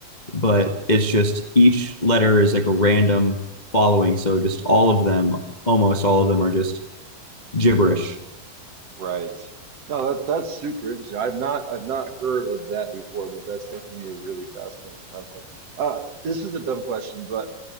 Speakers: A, on the left; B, on the right.
A: but it's just each letter is like a random following. So just all of them, almost all of them, are just gibberish.
B: Right. No, that that's super interesting. I've not I've not heard of that before, but that's definitely a really fascinating concept. Uh, this is a dumb question, but